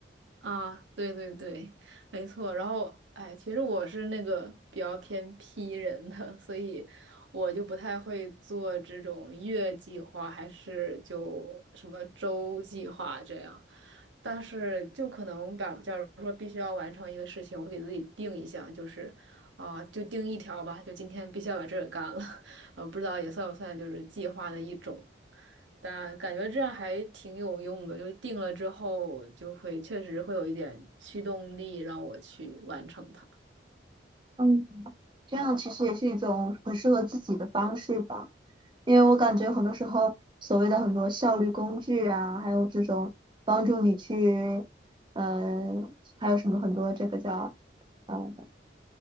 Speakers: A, on the right; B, on the right.
A: 啊，对对对，没错。然后，哎，其实我是那个比较偏 P 人的，所以我就不太会做这种月计划，还是就什么周计划这样。但是，就可能把，假如说必须要完成一个事情，我会给自己定一项，就是啊、就定一条吧，就今天必须要把这个干了。<laughs> 呃，不知道也算不算就是计划的一种。但感觉这样还挺有用的，就定了之后就会确实会有一点驱动力让我去完成它。
B: 嗯这样其实也是一种很适合自己的方式吧。因为我感觉很多时候所谓的很多效率工具啊，还有这种帮助你去，嗯、还有什么很多这个叫嗯、呃